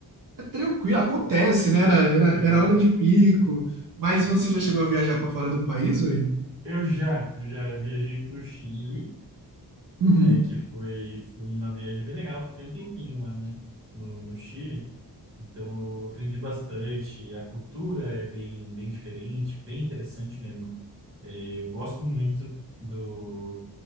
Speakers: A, on the right; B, on the right.
A: é tranquilo, acontece, né? Era, era,
B: É.
A: era hora de pico. Mas você já chegou a viajar pra fora do país, velho?
B: Eu já, já viajei pro Chile,
A: Uhum,
B: é, que foi, foi uma viagem bem legal, fiquei um tempinho lá, né, no, no Chile, então eu aprendi bastante, a cultura é bem, bem diferente, bem interessante mesmo. É, eu gosto muito do,